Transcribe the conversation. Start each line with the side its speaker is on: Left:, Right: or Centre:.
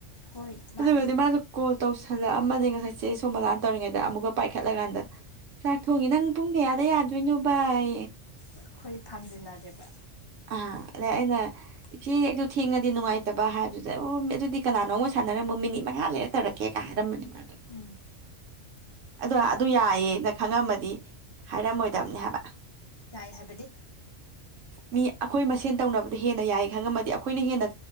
Left: ꯍꯣꯏ
Right: ꯑꯗꯨꯗ
Left: ꯃꯥꯗꯤ
Right: ꯐꯗꯤ ꯃꯥ ꯀꯣꯜ ꯇꯧꯁꯦ ꯍꯟꯂꯛꯑꯅꯦ ꯉꯥꯏꯦ ꯁꯣꯝꯜꯂꯥꯟ ꯇꯧꯔꯤꯉꯩꯗ ꯑꯃꯨꯛꯀ ꯄꯥꯏꯈꯠꯂꯀꯥꯟꯗ ꯉꯥꯛ ꯊꯣꯡꯏꯦ ꯅꯪ ꯄꯨꯡ ꯀꯌꯥꯗ ꯌꯥꯗꯣꯏꯅꯣ ꯏ
Left: ꯑꯩꯈꯣꯏ ꯐꯥꯡꯖꯤꯟꯅꯔꯦꯕ
Right: ꯑ ꯑꯗ ꯑꯩꯅ ꯏꯆꯦ ꯑꯩꯗꯣ ꯊꯦꯡꯉꯗꯤ ꯅꯨꯡꯉꯥꯏꯇꯕ ꯍꯥꯏꯕꯗꯨꯗ ꯑꯣ ꯃꯤ ꯑꯗꯨꯗꯤ ꯀꯅꯥꯅꯣ ꯑꯃꯨꯛ ꯁꯥꯟꯅꯔꯝꯃꯣ ꯃꯤꯅꯤꯠ ꯃꯉꯥ ꯂꯩꯔ ꯇꯧꯔꯛꯀꯦꯒ ꯍꯥꯏꯔꯝꯕꯅꯦꯕ ꯑꯗ
Left: ꯎꯝ
Right: ꯑꯗꯣ ꯑꯗꯨ ꯌꯥꯏꯌꯦꯦꯅ ꯈꯪꯉꯝꯃꯗꯤ ꯍꯥꯏꯔꯝꯃꯣꯏꯗꯕꯅꯤ ꯍꯥꯏꯕ
Left: ꯌꯥꯏ ꯍꯥꯏꯕꯗꯤ
Right: ꯃꯤ ꯑꯩꯈꯣꯏ ꯃꯁꯦꯟ ꯇꯧꯅꯕꯗ ꯍꯦꯟꯅ ꯌꯥꯏ ꯈꯪꯉꯝꯃꯗꯤ ꯑꯩꯈꯣꯏꯅ ꯍꯦꯟꯅ